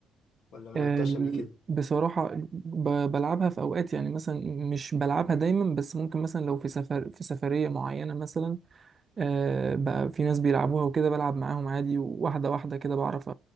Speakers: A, on the left; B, on the right.
A: ولا ما
B: ال-
A: لعبتهاش قبل كده
B: بصراحه ب- بلعبها في اوقات يعني مثلا مش بلعبها دايما بس ممكن مثلا لو في سفر في سفريه معينه مثلا آه، بقى في ناس بيلعبوها وكده بلعب معاهم عادي واحده واحده كده بعرف